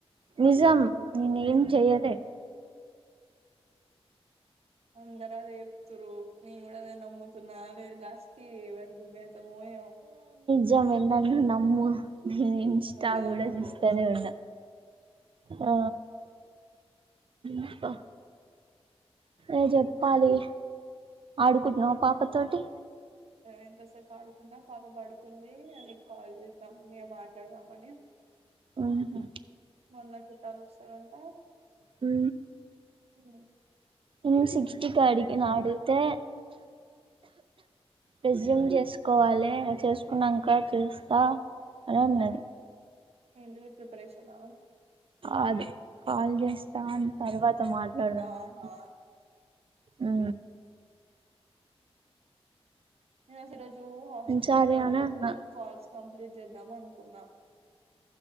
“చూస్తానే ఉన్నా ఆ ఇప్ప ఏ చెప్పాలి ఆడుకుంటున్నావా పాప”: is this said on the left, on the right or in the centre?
Right